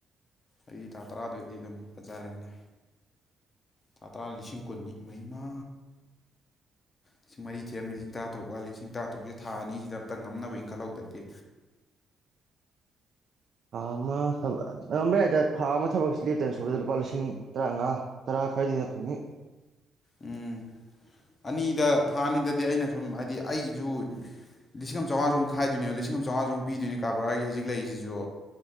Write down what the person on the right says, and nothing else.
ꯊꯥ ꯑꯃ ꯊꯕꯛ ꯉꯝꯕ ꯌꯥꯏꯗ ꯊꯥ ꯑꯃ ꯊꯕꯛꯁꯤ ꯂꯦꯞꯇꯅ ꯁꯨꯕꯗ ꯂꯨꯄꯥ ꯂꯤꯁꯤꯡ ꯇꯔꯥꯃꯉꯥ ꯇꯔꯥ ꯈꯔꯗꯤ ꯍꯦꯟꯅ ꯊꯨꯝꯉꯤ